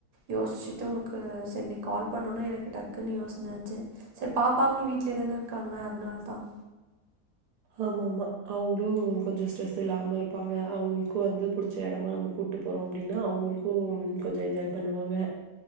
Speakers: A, on the right (about 70°); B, on the right (about 80°).
A: யோசிச்சுட்டு உனக்கு சரி நீ கால் பண்ணோன எனக்கு டக்குன்னு யோசன ஆச்சு சரி பாப்பாங்களு வீட்லயே தான இருக்காங்க அதனாலதான்
B: ஆமா ஆ அவங்களும் கொஞ்சம் ஸ்ட்ரெஸ் இல்லாம இருப்பாங்க அவங்களுக்கும் வந்து புடிச்ச இடமா நம்ம கூட்டு போறோம் அப்படின்னா அவங்களுக்கும் கொஞ்சம் என்ஜாய் பண்ணுவாங்க